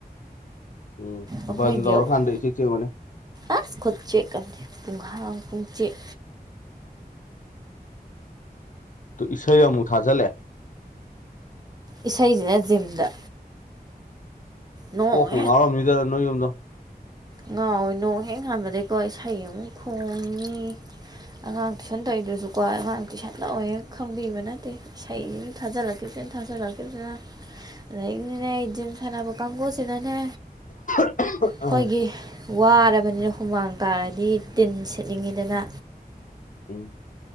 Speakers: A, on the left; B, on the right.
A: ꯎꯝ
B: ꯑꯩꯈꯣꯏꯗꯤ
A: ꯕꯟ ꯇꯧꯔꯀꯥꯟꯗ
B: ꯑꯩꯈꯣꯏ
A: ꯏꯆꯤꯛ ꯆꯤꯛꯑꯝꯒꯅꯤ
B: ꯑꯁ ꯈꯨ ꯆꯤꯛ ꯑꯝꯅꯤ ꯄꯨꯡꯍꯥꯡ ꯄꯨꯡꯆꯤꯛ
A: ꯇꯨ ꯏꯁꯩ ꯑꯃꯨꯛ ꯊꯥꯖꯤꯜꯂꯦ
B: ꯏꯁꯩꯁꯤꯅ ꯖꯤꯝꯗ ꯅꯣꯡ
A: ꯀꯣꯛꯄꯨ ꯉꯥꯔꯝꯅꯤꯗ ꯅꯣꯏ ꯌꯣꯗꯣ
B: ꯉꯥꯎꯋꯤ ꯅꯣꯡ ꯍꯦꯛ ꯉꯥꯟꯕꯗꯩꯀꯣ ꯏꯁꯩ ꯑꯃꯨꯛ ꯈꯣꯡꯉꯤ ꯑꯉꯥꯡ ꯇꯨꯏꯁꯟ ꯇꯧꯔꯤꯗꯨꯁꯨꯀꯣ ꯑꯉꯥꯡ ꯇꯨꯏꯁꯟ ꯂꯋꯦꯒ ꯈꯪꯕꯤꯕ ꯅꯠꯇꯦ ꯏꯁꯩ ꯊꯥꯖꯤꯜꯂꯛꯈꯤꯕꯁꯦꯅꯥ ꯊꯥꯖꯜꯂꯛꯈꯤꯕꯁꯤꯅ ꯑꯗꯒꯤꯅꯤꯅꯦ ꯖꯤꯝ ꯁꯥꯟꯅꯕ ꯀꯥꯡꯒꯨꯁꯤꯅꯅꯦ
A: <inaudible>
B: ꯑꯩꯈꯣꯏꯒꯤ ꯋꯥꯔꯕꯅꯤꯅ ꯍꯨꯃꯥꯡ ꯇꯥꯔꯗꯤ ꯇꯤꯟ ꯁꯦꯠꯅꯤꯡꯉꯤꯗꯅ
A: ꯎꯝ